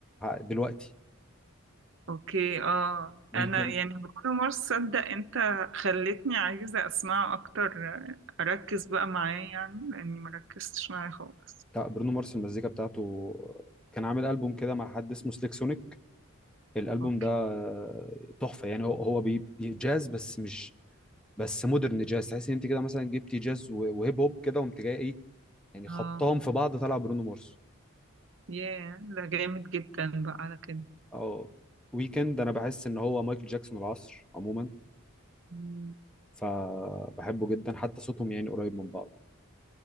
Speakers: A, in the centre; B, on the right (about 60°).
A: دلوقتي
B: اوكي اه
A: ويكند
B: انا يعني بكل مرة صدق انت خلتني عايزة اسمعه اكتر اركز بقى معاه يعني لاني مركزتش معاه خالص
A: بتاع برونو مارس المزيكا بتاعته كان عامل ألبوم كده مع حد اسمه سليك سونيك الألبوم
B: اوكي
A: ده آه، تحفة يعني هو هو بي- بي- جاز بس مش بس مودرن جاز تحس ان انت كده مثلا جبتي جاز و- وهيب هوب كده وقمت جاي ايه يعني خبطهم
B: اه
A: في بعض طلع برونو مارس
B: ياه ده جامد جدا بقى على كده
A: اه ويكند انا بحس ان هو مايكل جاكسون العصر عموما
B: مم.
A: فبحبه جدا حتى صوتهم يعني قريب من بعض